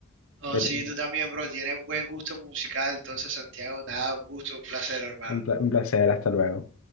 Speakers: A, on the right (about 60°); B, on the left (about 80°).
A: No,
B: Eh,
A: sí,
B: eh,
A: tú también, bro, tienes buen gusto musical, entonces, Santiago, nada, un gusto, un placer, hermano.
B: Un pla- un placer, hasta luego.